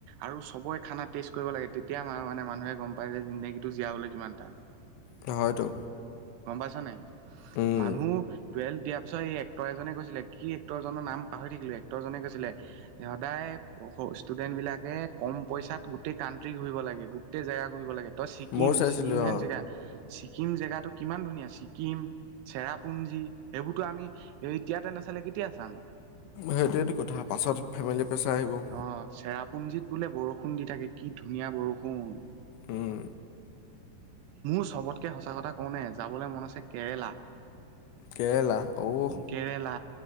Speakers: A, on the right; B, on the left.
A: আৰু চবই খানা টেষ্ট কৰিব লাগে, তেতিয়া মানে মানুহে গম পায় যে জিন্দেগীটো জীয়াবলৈ কিমান টান। <inaudible>
B: নহয়তো।
A: গম পাইছ নাই।
B: উম।
A: মোৰ টুৱেল্ভ দিয়াৰ পিছত এই এক্টৰ এজনে কৈছিলে- কি এক্টৰজনৰ নাম পাহৰি থাকিলোঁ। এক্টৰজনে কৈছিলে সদায় ষ্টুডেণ্টবিলাকে কম পইচাত গোটেই কাণ্ট্ৰি ঘূৰিব লাগে, গোটেই জেগা ঘূৰিব লাগে। তই ছিকিম,
B: ময়ো চাইছিলোঁ
A: ছিকিম হেন
B: অ,
A: জেগা ছিকিম জেগাটো কিমান ধুনীয়া। ছিকিম চেৰাপুঞ্জী, এবোৰতো আমি এইতিয়াতে নাচালে, কেতিয়া চাম।
B: সেইটোৱেটো কথা, পাছত ফেমিলি প্ৰেছাৰ আহিব।
A: অ', চেৰাপ পুঞ্জিত বোলে বৰষুণ দি থাকে, কি ধুনীয়া বৰষুণ।
B: উম,
A: মোৰ চবতকৈ সঁচা কথা কওঁনে, যাবলৈ মন আছে কেৰেলা।
B: কেৰেলা, ঔহ।
A: কেৰেলা,